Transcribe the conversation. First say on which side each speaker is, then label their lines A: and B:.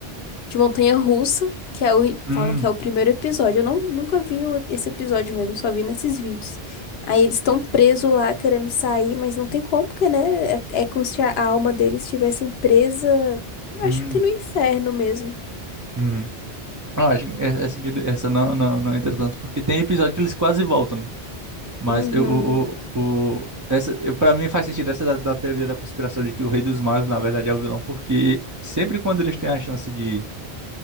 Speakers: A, on the left; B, on the right.
A: de Montanha Russa, que é o,
B: Hum,
A: falam que é o primeiro episódio. Eu não, nunca vi o- esse episódio mesmo, só vi nesses vídeos. Aí eles estão presos lá querendo sair, mas não tem como, porque, né? É, é como se a a alma deles estivessem presa,
B: hum,
A: acho que no inferno mesmo.
B: hum. Eu acho que essa, essa aqui- essa não, não, não entra tanto, porque tem episódio que eles quase voltam, né? Mas
A: Uhum.
B: eu, o, o, o- essa, para mim faz sentido essa da, da teoria da conspiração de que o Rei dos Magos, na verdade, é o vilão, porque sempre quando eles têm a chance de,